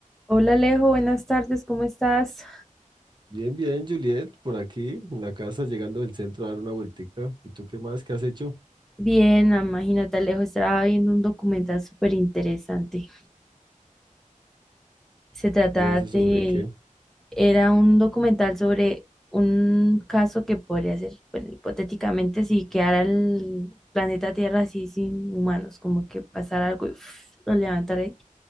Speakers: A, in the centre; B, on the right.
A: Hola Alejo, buenas tardes, ¿cómo estás?
B: Bien, bien, Juliet, por aquí, en la casa, llegando del centro a dar una vueltica. ¿Y tú qué más? ¿Qué has hecho?
A: Bien, ah, imagínate Alejo, estaba viendo un documental súper interesante. Se trataba
B: ¿Y eso
A: de,
B: sobre qué?
A: era un documental sobre un caso que podría ser, bueno, hipotéticamente, si quedara el planeta Tierra así sin humanos, como que pasara algo y uf, lo levantara y